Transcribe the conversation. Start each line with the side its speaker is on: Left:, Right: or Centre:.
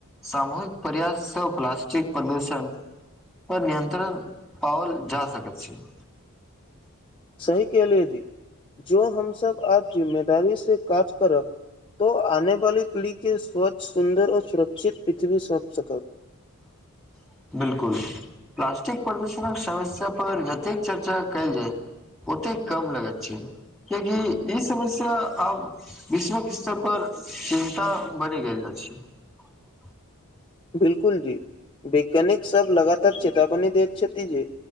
Centre: सामूहिक प्रयास सँ उपलब्ध प्लास्टिक प्रदूषण पर नियंत्रण पावल जा सकै छै <inaudible>
Left: सही केलि य जी जो हम सब आब जिम्मेदारी से काज करब तो आने वाली पिढ़ी के स्वच्छ सुन्दर आ सुरक्षित पृथ्वी सौप सकब
Centre: <inaudible> बिलकुल प्लासस्टिक प्रदूषणक समस्या पर जतैक चर्चा कयल जाइ ओतेक कम लगाइ छै क्या कि ई समस्या आब विश्व स्तर पर चिन्ता बनि गेल <unintelligible>
Left: बिलकुल जी वैज्ञानिक सब लगातार चेतावनी दे छथि जेे